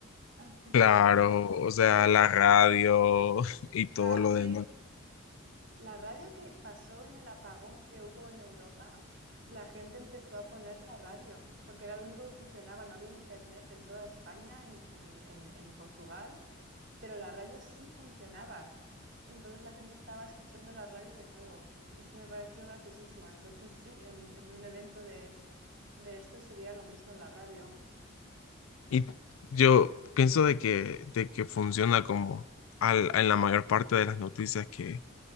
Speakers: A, on the right; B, on the left.
A: Así
B: Claro,
A: que...
B: o sea, la radio <laughs> y todo
A: Claro,
B: lo
A: sí,
B: demás.
A: La radio que pasó en el apagón que hubo en Europa, la gente empezó a poner la radio, porque era lo único que funcionaba, no había internet en toda España, en, en- en- en Portugal, pero la radio sí funcionaba. Entonces la gente estaba escuchando la radio de nuevo. Eso me pareció graciosísimo. Entonces sí, en, en un evento de, de esto sería lo mismo la radio.
B: Y yo pienso de que, de que funciona como al- en la mayor parte de las noticias que